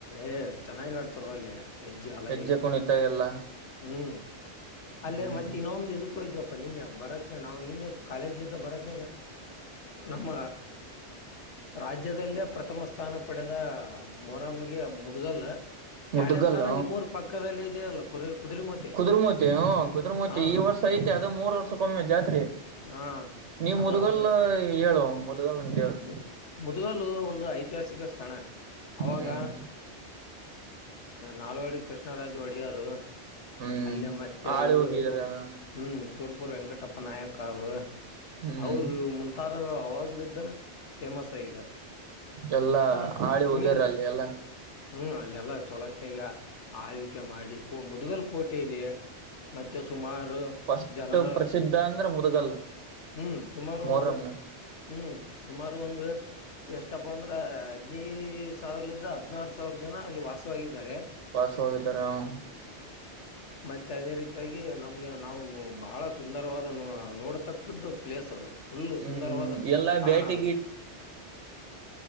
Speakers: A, on the left; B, on the right.
A: ಏ ಚೆನ್ನಾಗಿ ಆಡ್ತರ್ವಲ್ಲಿ ಹೆಜ್ಜಿ ಅಲಾಯಿ
B: ಹೆಜ್ಜೆ ಕುಣಿತ ಎಲ್ಲಾ
A: ಹ್ಮ್ ಅಲ್ಲೇ
B: ಹ್ಮ್
A: ಮತ್ತ್ ಇನ್ನೊಂದು ಇದಕ್ಕೊಗಿದ್ವಪ್ಪ ನಿನ್ನೆ ಬರತ್ನ ನಾವು ನಿನ್ನೆ ಕಾಲೇಜ್ಲಿಂದ ಬರತ್ ನಮ್ಮ ರಾಜ್ಯದಲ್ಲೇ ಪ್ರಥಮ ಸ್ಥಾನ ಪಡೆದ ಮೋರಂಗೆ ಮುದ್ಗಲ್
B: ಮುದ್ಗಲ್ಲ
A: ಎರಡನೇ ಸ್ಥಾನ ನಿಮ್ಮೂರ್ ಪಕ್ಕದಲ್ಲಿ ಇದಿಯಲ್ಲ ಕುರಿ ಕುದುರೆಮೂರ್ತಿ
B: ಕುದುರ್ಮುತಿ ಹ ಕುದುರಮೂತಿ
A: ಹಾ
B: ಈ ವರ್ಷ ಐತೆ ಅದು ಮೂರ್ ವರ್ಷಕ್ಕೊಮ್ಮೆ ಜಾತ್ರೆ
A: ಹಾ
B: ನೀವು
A: ಅದು
B: ಮುದಗಲ್
A: ಅದು
B: ಹೇಳು ಮುದಗಲ್ಂದ ಹೇಳು
A: ಹ್ಮ್. ಮುದ್ಗಲ್ಲು ಒಂದು ಐತಿಹಾಸಿಕ ಸ್ಥಳ ಅವಾಗ
B: ಹ್ಮ್
A: ನಾಲ್ವಡಿ ಕೃಷ್ಣರಾಜು ಒಡೆಯರು
B: ಹ್ಮ್
A: ಅಲ್ಲೇ ಮತ್ತೆ
B: ಆಳಿ
A: ಇವರು
B: ಹೋಗಿದ್ರ
A: ಸೂರ್ ಹ್ಮ್ ಸೂರಪುರ್ ವೆಂಕಟಪ್ಪ ನಾಯಕ ಅವರು.
B: ಹ್ಮ್
A: ಅವರು ಮುಂತಾದಾಗ ಅವಾಗ್ಲ್ ಇದ್ದಾನ ಫೇಮಸ್ ಈಗ
B: ಎಲ್ಲಾ
A: ಹ್ಮ್
B: ಆಳಿ ಹೋಗ್ಯರ
A: ಹ್ಮ್
B: ಅಲ್ಲಿ ಎಲ್ಲ
A: ಹ್ಮ್ ಅಲ್ಲೆಲ್ಲ ಚೊಲತ್ತನಾಗ ಆಳ್ವಿಕೆ ಮಾಡಿ ಮುದ್ಗಲ್ ಕೋಟೆ ಇದೆ ಮತ್ತೆ ಸುಮಾರು
B: ಫಸ್ಟ್
A: ಜನರ
B: ಪ್ರಸಿದ್ಧ ಅಂದ್ರ ಮುದಗಲ್
A: ಹ್ಮ್ ಸುಮಾರು
B: ಮೊಹರಂನ
A: ಒಂದು ಹ್ಮ್ ಸುಮಾರು ಒಂದು ಎಷ್ಟಪ್ಪ ಅಂದ್ರ ಹದ್ನಿ ಸಾವಿರಲಿಂದ ಹದ್ನಾರ ಸಾವಿರ ಜನ ಅಲ್ಲಿ ವಾಸವಾಗಿದ್ದಾರೆ.
B: ವಾಸವಾಗಿದ್ದಾರ ಹ್ಮ್
A: ಮತ್ತೆ ಅದೇ ರೀತಿಯಾಗಿ ನಮ್ಗೆ ನಾವು ಬಹಳ ಸುಂದರವಾದ ನೊ ನೋಡತಕ್ಕ ಪಕ್ಕದ್ದ್ ಪ್ಲೇಸ್ ಅದು ಫುಲ್
B: ಹ್ಮೂಮ್
A: ಸುಂದರವಾದ
B: ಎಲ್ಲಾ
A: ತಾಣ
B: ಬೇಟಿ
A: ಅದು